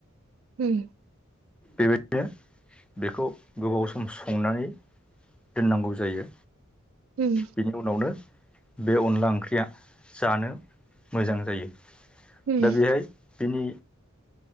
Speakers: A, on the right; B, in the centre.
A: ओम
B: बेबायदिनो बेखौ गोबाव सम संनानै दोननांगौ जायो।
A: उम
B: बेनि उनावनो बे अनला ओंख्रिया जानो मोजां जायो
A: उम
B: दा बेहाय बिनि